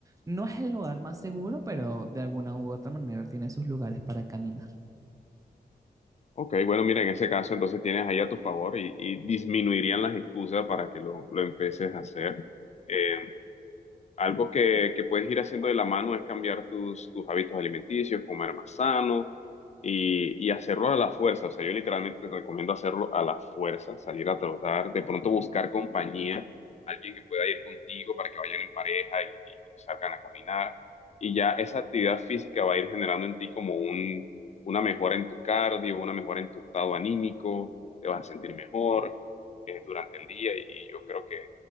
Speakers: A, on the right; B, on the left.
A: no es el lugar más seguro, pero de alguna u otra manera tiene sus lugares para caminar.
B: Ok, bueno, mira, en ese caso entonces tienes ahí a tu favor y, y disminuirían las excusas para que lo, lo empieces a hacer. Eh, algo que, que puedes ir haciendo de la mano es cambiar tus, tus hábitos alimenticios, comer más sano y, y hacerlo a la fuerza. O sea, yo literalmente te recomiendo hacerlo a la fuerza, salir a trotar, de pronto buscar compañía, alguien que pueda ir contigo para que vayan en pareja y, y salgan a caminar. Y ya esa actividad física va a ir generando en ti como un, una mejora en tu cardio, una mejora en tu estado anímico, te vas a sentir mejor eh, durante el día y yo creo que